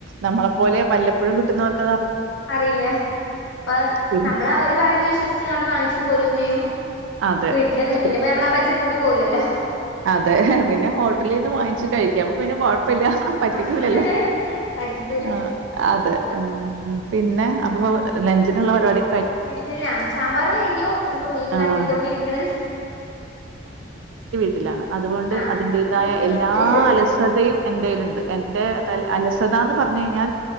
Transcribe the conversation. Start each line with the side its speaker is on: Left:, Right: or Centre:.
Right: നമ്മളെപ്പോലെ വല്ലപ്പഴും കിട്ടുന്നവർക്ക്
Left: അറിയില്ല അപ്പ
Right: പിന്നെ
Left: നമ്മൾ അവര് പറയുന്ന വിശ്വസിച്ചണ്ട് വാങ്ങ് പോരും ചെയ്യും
Right: അതെ.
Left: വീട്ടില് പിന്ന പോയി നമ്മളാ പരിസരത്തു കൂടി പോകൂലല്ലോ
Right: അതെ പിന്നെ ഹോട്ടലിന്ന് വാങ്ങിച്ചു കഴിക്കാം അപ്പ പിന്നെ കൊഴ പ്പില്ല പറ്റിക്കൂല്ലല്ലോ
Left: ആഹ് പറ്റിക്കൂല
Right: ആ അതെ മ്ഹ് പിന്നെ അപ്പൊ ലഞ്ചിനുള്ള പരിപാടി
Left: ലഞ്ച്നാ സാമ്പാർ കഴിഞ്ഞു ഇപ്പൊ മീന്
Right: ആഹ്.
Left: കട്ട് ചെയ്തോണ്ടിരിക്കണ്
Right: ത്തിലാണ് അതുകൊണ്ട്
Left: ആഹ്
Right: അതിന്റേതായ
Left: ഒന്ന്
Right: എല്ലാ
Left: റിസ്റ്റ്
Right: അലസതയും എൻന്റെലുണ്ട് എന്റെ ത അലസതാന്ന് പറഞ്ഞു കഴിഞ്ഞാൽ